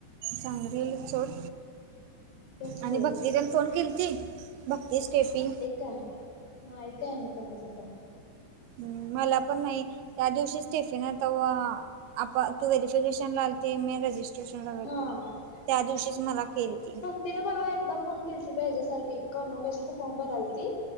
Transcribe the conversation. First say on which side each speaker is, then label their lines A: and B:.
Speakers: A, on the right; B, on the left.
A: चांगली चोड
B: तेच
A: आणि
B: की
A: भक्ती त्यानी फोन केली ती? भक्ती स्टेफी
B: का ना ऐकाय ना कोणाचा फोन.
A: हम मला पण नाही त्या दिवशी स्टेफिनता. आप तू व्हेफिकेशन आलाते मी रजिस्ट त्या
B: हा
A: दिवशीच मला केलीति.
B: तिने परवा एकदा फोन केली त पाहिज्यासाठी कन्व्होकेशनचा फॉर्म भरालती.